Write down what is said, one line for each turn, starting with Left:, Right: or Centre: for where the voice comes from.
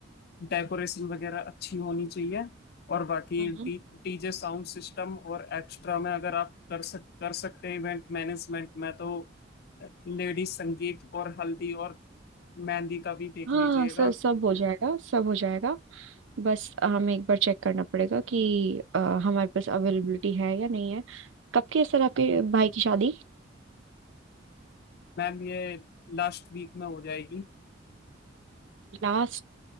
Left: डेकोरेशन वगैरह अच्छी होनी चाहिए और बाकी
Right: हम्म
Left: डी डीजे साउंड सिस्टम और एक्स्ट्रा में अगर आप कर सक कर सकते हैं इवेंट मैनेजमेंट में तो लेडीज संगीत और हल्दी और मेहंदी का भी देख
Right: हाँ
Left: लीजिएगा
Right: सर सब हो जाएगा सब हो जाएगा बस हमें एक बार चेक करना पड़ेगा कि अ, हमारे पास अवेलेबिलिटी है या नहीं है कब की है सर आपके भाई की शादी
Left: मैम ये लास्ट वीक में हो जाएगी
Right: लास्ट